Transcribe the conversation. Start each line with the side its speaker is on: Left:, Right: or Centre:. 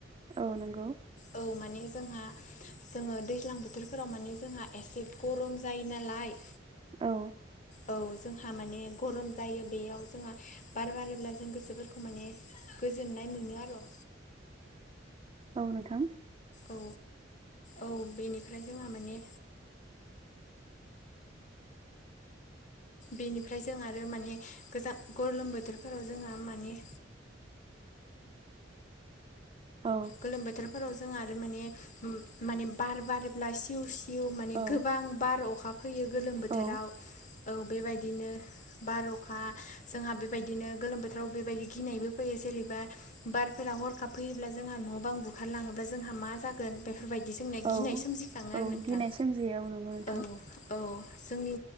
Right: औ नंगौ
Left: औ माने जोंहा जोङो दैज्लां बोथोरफोराव माने जोंहा एसे गरम जायो नालाय
Right: औ
Left: औ जोंहा माने गरम जायो बेयाव जोंहा बार बारोब्ला जों गोसोफोरखौ माने गोजोननाय मोनो आरो'
Right: औ नोंथां
Left: औ औ बेनिफ्राय जोंहा माने बेनिफ्राय जों आरो माने गोजा गलम बोथोरफोराव जोंहा माने
Right: औ
Left: गोलोम बोथोरफोराव जोंहा आरो माने उम माने बार बारोबब्ला सिउ सिउ हिउ माने
Right: औ
Left: गोबां बार अखा फैयो गोलोम बोथोराव
Right: औ
Left: औ बेबायदिनो बार अखा जोंहा बेबायदिनो गोलोम बोथोराव बेबायदि गिनायबो फैयो जेरैबा बार फोरा हरखाब फैयोब्ला जोंहा न' बां बुखारलाङोबा जोंहा मा जागोन बे फोरबायदि जोंना
Right: औ
Left: गिनाय सोमजिखाङो आरो
Right: औ
Left: नोंथां
Right: गिनाय सोमजियो नंगौ नोंथां
Left: औ औ जोंनि